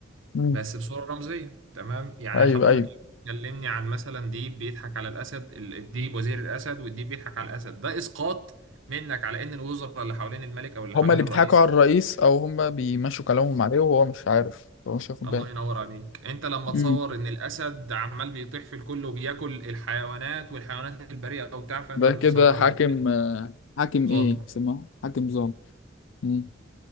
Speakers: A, on the left; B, on the right.
A: مم.
B: بس بصورة رمزية تمام يعني
A: ايوه
B: حضرتك
A: ايوه
B: كلمني عن مثلا ديب بيضحك على الأسد ال- الديب وزير الأسد والديب بيضحك على الأسد ده إسقاط منك على إن الوزراء اللي حوالين الملك أو اللي
A: هما
B: حوالين
A: اللي
B: الرئيس
A: بيضحكوا على الرئيس او هما بيمشوا كلامهم عليه وهو مش عارف هو مش واخد
B: الله
A: باله
B: ينور عليك أنت لما تصور
A: مم.
B: إن الأسد عمال بيطيح في الكل وبياكل الحيوانات والحيوانات البريئة وبتاع فأنت
A: ده
B: بتصور
A: كده حاكم
B: ال-
A: آه، حاكم
B: الظالم
A: ايه اسمه حاكم ظالم مم.